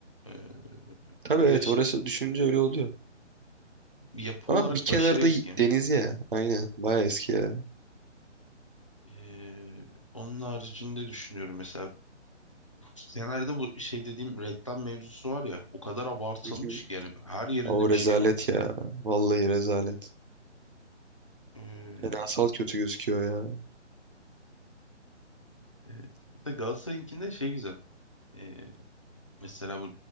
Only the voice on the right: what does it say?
Tabii
evet
orası düşününce öyle oluyor.
Ama
bir kenarda
y- deniz ya. Aynen. Baya eski ya.
Hı hı.
O
rezalet
ya. Vallahi rezalet.
Fenasal kötü gözüküyor ya.